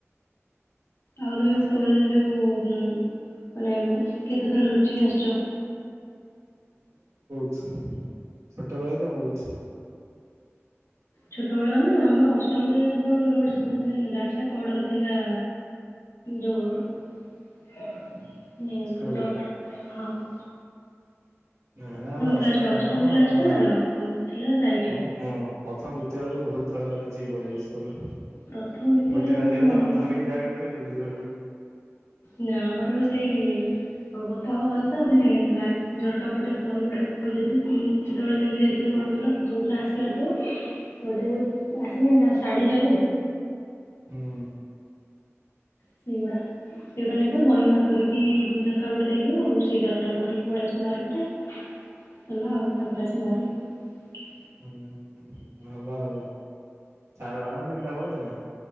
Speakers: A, on the left; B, on the right.
A: ଆଉ ତମେ ସ୍କୁଲ ଯୋଉ ମାନେ ଉଁ କେତେଥର ଲୁଚିକି ଆସିଛ।
B: ଛୋଟ ବେଳେ ତ ବହୁତ୍
A: ଛୋଟ ବେଳ ମାନେ ଆମର ଅଷ୍ଟମରେ ତ ରୋଡ ମାନେ ରାସ୍ତା କଡ଼ରେ ଥିଲା। ଯଉାନେ
B: ସ୍କୁଲ
A: ଆମର ପା ହଁ <inaudible>
B: ନା ନା ଆମେ ଅଷ୍ଟମ
A: କ୍ଲାସ ଟା
B: ନୁହଁ ଉ
A: କ୍ଲାସ
B: ଆଉ
A: ଟା ଥିଲା ସାଇଡ ରେ।
B: ଅଁ ପ୍ରଥମ ଦୁତୀୟ ବେଳୁ ବହୁତ ଥରେ ନୁଚିକି ପଳେଇ ଆଇଲି ସ୍କୁଲରୁ।
A: ପ୍ରଥମ ଦ୍ଵିତୀୟରେ
B: ଗୋଟେ ବାଜିବ
A: ମୋର ମନେ
B: ତ ଧରି ବ୍ୟାଗ ଧରି ଦୌ ବି <unintelligible>
A: ନା ଆମର ବି ସେଇ ଅ ଗୋଟା ହବନି ତ ମାନେ ବ୍ୟାଗ ଝରକା ପଟେ ବହି ଗୁଡାକ ଖୋଲି ଦେଇଥିବୁ ଉଁ ଉଁ ସେତେବେଳେ ନେଇକି ଯାଇଥିଲୁ କଣ କହିଲ ଯୋଉ ଦିନ ଆସିବା ଆସିବ ଗୋଟେ ଯୋଉ ଆସେନି ଶା-ଶାଢୀ ଜରି
B: ହୁଁ।
A: ସେଇଗୁଡା ସେଇଗୁଡା ନେଇାଥିବ ବହି ବାହାର କରିକି କା ପଟେ ଦେଇଦଉ ଆଉ ସେଇ ଜରିଟାକୁ ଧରିକି ପଳେଇ ଆସୁ ବାହାର ପଟେ। ହେଲା ଆଉ ତାପରେ ଆସି ଘରେ ଆଉ।
B: ହୁଁ ହୁଁ ହୁଁ ଭଲ ଆଉ। ସାର ବାଡ଼ାନ୍ତିନି ତା ପରଦିନ?